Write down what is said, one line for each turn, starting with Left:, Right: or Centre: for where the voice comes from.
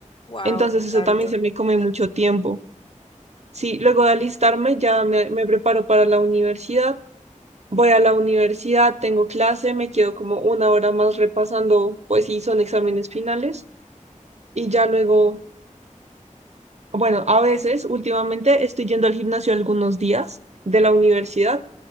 Left: Wow,
Right: entonces
Left: es bastante.
Right: eso también se me come mucho tiempo. Sí, luego de alistarme ya me, me preparo para la universidad, voy a la universidad, tengo clase, me quedo como una hora más repasando, pues sí, son exámenes finales y ya luego Bueno, a veces, últimamente estoy yendo al gimnasio algunos días de la universidad